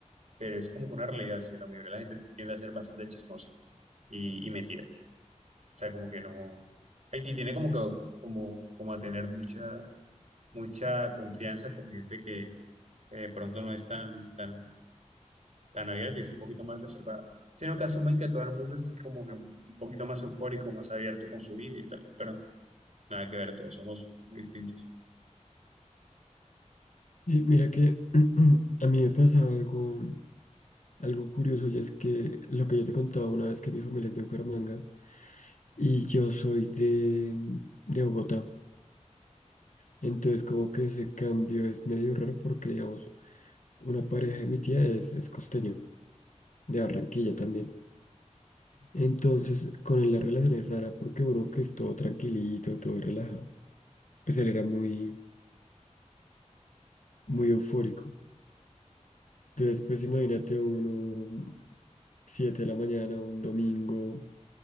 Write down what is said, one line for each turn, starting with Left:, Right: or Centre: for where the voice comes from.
Right: pero es como que una realidad, sí, la mayoría de la gente tiende a ser bastante chismosa y, y metida. O sea, como que no, Haití tiene como que, como, como a tener mucha, mucha confianza con gente que, que de pronto no es tan, tan tan abierta y es un poquito más reservada, sino que asumen que todo el mundo es así como que un poquito más eufórico, más abierto con su vida y tal, pero nada que ver, todos somos muy distintos.
Left: Y mira que <clears throat> a mí me pasaba algo. Algo curioso y es que lo que yo te contaba una vez que mi familia es de Bucaramanga y yo soy de, de Bogotá. Entonces como que ese cambio es medio raro porque digamos una pareja de mi tía es, es costeño, de Barranquilla también. Entonces con él la relación es rara porque uno que es todo tranquilito, todo relajado, pues él era muy, muy eufórico. Entonces pues imagínate uno 7 de la mañana, un domingo.